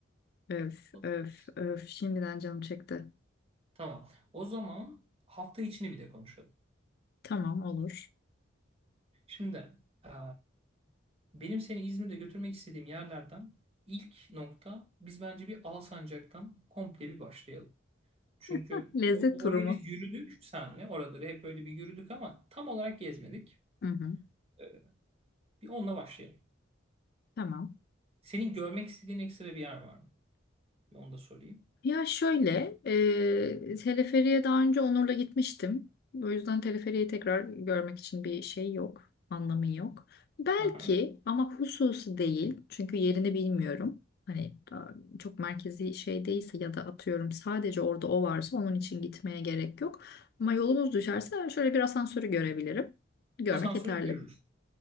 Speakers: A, on the left; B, on the right.
A: Öf
B: Balık
A: öf
B: yeriz.
A: öf şimdiden canım çekti.
B: Tamam. O zaman hafta içini bir de konuşalım.
A: Tamam olur.
B: Şimdi eee, benim seni İzmir'de götürmek istediğim yerlerden ilk nokta biz bence bir Alsancak'tan komple bir başlayalım. Çünkü
A: <laughs> Lezzet
B: o- o-
A: turu
B: orayı
A: mu?
B: biz yürüdük senle. Oraları hep böyle bir yürüdük ama tam olarak gezmedik.
A: Hı hı.
B: Ee, Bir onunla başlayalım.
A: Tamam.
B: Senin görmek istediğin ekstra bir yer var mı? Bir onu da sorayım.
A: Ya şöyle, e, teleferiye daha önce Onur'la gitmiştim. O yüzden teleferiyi tekrar görmek için bir şey yok, anlamı yok. Belki
B: Aha.
A: ama hususi değil. Çünkü yerini bilmiyorum. Hani daha çok merkezi şey değilse ya da atıyorum sadece orada o varsa onun için gitmeye gerek yok. Ama yolumuz düşerse şöyle bir asansörü görebilirim. Görmek
B: Asansörü
A: yeterli.
B: görürüz.